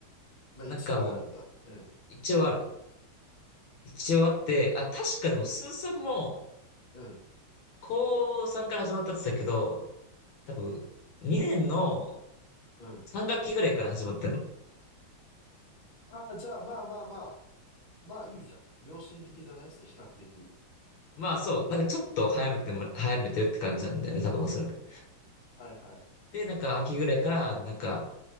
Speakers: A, on the left (about 40°); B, on the left (about 70°).
A: まあ一応あるんだ。
B: なんかもう、
A: うん。
B: 一応ある。一応あって、あ、確かでも、スーさんも、
A: うん。
B: 高3から始まったって言ってたけど、多分、2年の
A: うん。
B: 3学期ぐらいから始まってんの。
A: ああ、じゃあまあまあまあ。まあいいじゃん。良心的じゃないその比較的。
B: まあそう、なんかちょっと早めても、早めてるって感じなんだよね、多分おそらく。
A: はいはい。
B: で、なんか秋ぐらいから、なんか、